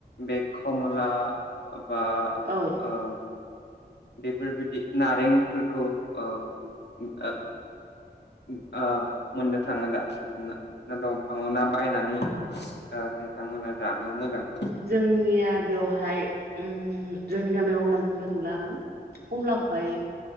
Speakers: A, on the left (about 80°); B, on the right (about 65°).
A: बे खमला बा
B: औ
A: ओम बेफोरबायदि नारेंफोरखौ ओ उम ओ उम आ मोननो थाङो दा ना दंफाङाव ना बायनानै ओ नोंथांमोना जानो मोजां मोनो
B: जोंनिया बेवहाय उम जोंनि गामियाव होनना बुंनो थांब्ला आङो कमलाखौहाय